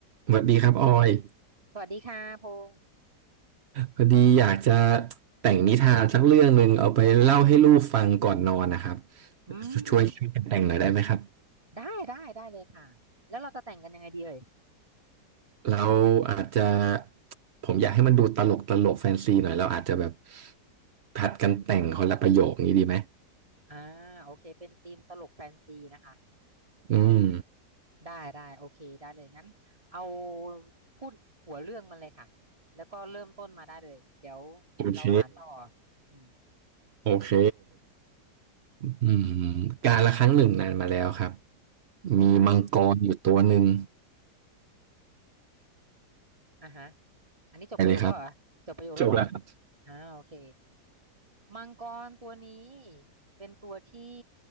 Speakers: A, on the right; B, on the right.
A: สวัสดีครับออย
B: สวัสดีค่ะพงษ์
A: พอดีอยากจะแต่งนิทานสักเรื่องหนึ่งเอาไปเล่าให้ลูกฟังก่อนนอนนะครับ
B: อืม
A: ช่วยช่วยกันแต่งหน่อยได้ไหมครับ
B: ได้ได้ได้เลยค่ะแล้วเราจะแต่งกันยังไงดีเอ่ย
A: เราอาจจะผมอยากให้มันดูตลกตลกแฟนซีหน่อยเราอาจจะแบบผัดกันแต่งคนละประโยคนี้ดีไหม
B: อ่าโอเคเป็นธีมตลกแฟนซีนะคะ
A: อืม
B: ได้ได้โอเคได้เลยงั้นเอาพูดหัวเรื่องมันเลยค่ะแล้วก็เริ่มต้นมาได้เลยเดี๋ยว
A: โอเค
B: เราสานต่ออืม
A: โอเคอืมการละครั้งหนึ่งนานมาแล้วครับมีมังกรอยู่ตัวหนึ่ง
B: ค่ะอ่าฮะอันนี้จบประโยคแล้วเหรอจบประโยคแล้วเหรอ
A: ไปเลยครับจบแล้วครับ
B: อ่าโอเคมังกรตัวนี้เป็นตัวที่